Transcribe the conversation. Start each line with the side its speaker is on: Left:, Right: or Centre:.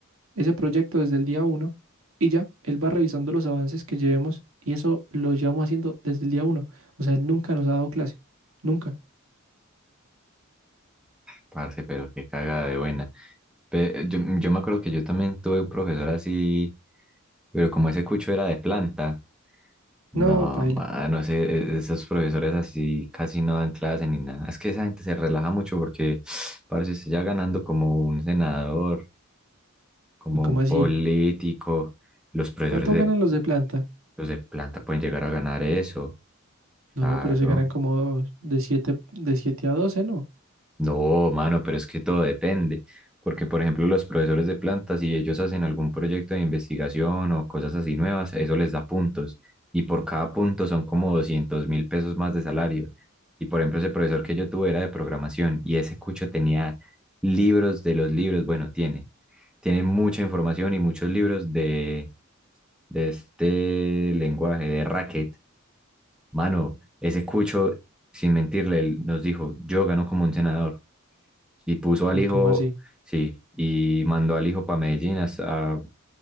Right: ese proyecto desde el día uno y ya, él va revisando los avances que llevemos y eso lo llevamos haciendo desde el día uno. O sea, él nunca nos ha dado clase. Nunca.
Centre: Parce, pero qué cagada de buena. Pe- yo, yo me acuerdo que yo también tuve un profesor así, pero como ese cucho era de planta. No,
Right: No, paila.
Centre: mano, ese- e- esos profesores así casi no dan clase ni nada. Es que esa gente se relaja mucho porque <sniffs> parece usted ya ganando como un senador, como
Right: Uy, ¿cómo
Centre: un
Right: así?
Centre: político. Los profesores
Right: ¿Cuánto
Centre: de,
Right: ganan los de planta?
Centre: los de planta pueden llegar a ganar eso,
Right: No,
Centre: claro.
Right: pero se ganan como de siete de siete a doce ¿no?
Centre: No, mano, pero es que todo depende, porque por ejemplo los profesores de planta, si ellos hacen algún proyecto de investigación o cosas así nuevas, eso les da puntos y por cada punto son como doscientos mil pesos más de salario. Y por ejemplo ese profesor que yo tuve era de programación y ese cucho tenía libros de los libros, bueno, tiene, tiene mucha información y muchos libros de de este lenguaje de racket. Mano, ese cucho, sin mentirle, él nos dijo, yo gano como un senador. Y puso al
Right: Uy,
Centre: hijo,
Right: ¿cómo así?
Centre: sí, y mandó al hijo para Medellín a, a-